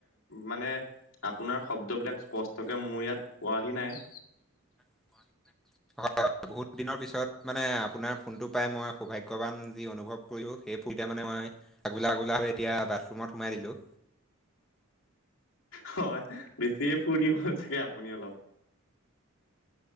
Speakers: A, on the left; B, in the centre.
A: মানে আপোনাৰ শব্দবিলাক স্পষ্টকে মোৰ ইয়াত পোৱাহি নাই।
B: <unintelligible> বহুত দিনৰ পিছত মানে আপোনাৰ ফোনটো পাই, মই সৌভাগ্যৱান যি অনুভৱ কৰিলো সেই <inaudible> মানে মই আগলা- আগলা হৈ এতিয়া বাথৰুমত সোমাই দিলো।
A: হয়, বেছিয়ে ফুুৰ্তি হ'ল চাগে আপুনি অলপ?